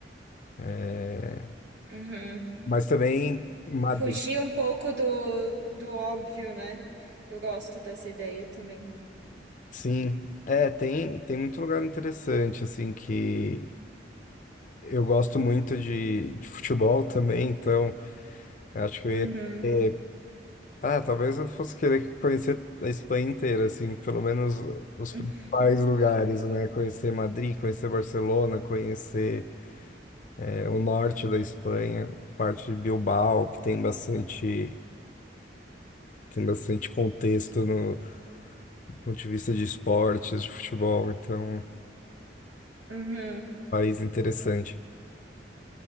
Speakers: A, on the left; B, on the right.
A: é,
B: uhum.
A: mas também Madrid.
B: Fugir um pouco do, do óbvio, né? Eu gosto dessa ideia também.
A: Sim, é, tem, tem muito lugar interessante, assim, que eu gosto muito de, de futebol também, então acho que
B: Uhum,
A: eu ia querer, ah, talvez eu fosse querer conhecer a Espanha inteira, assim, pelo menos os
B: <laughs>
A: principais lugares, né? Conhecer Madrid, conhecer Barcelona, conhecer é, o norte da Espanha, parte de Bilbao, que tem bastante, tem bastante contexto no, do ponto de vista de esportes, de futebol, então, um
B: uhum, uhum.
A: país interessante.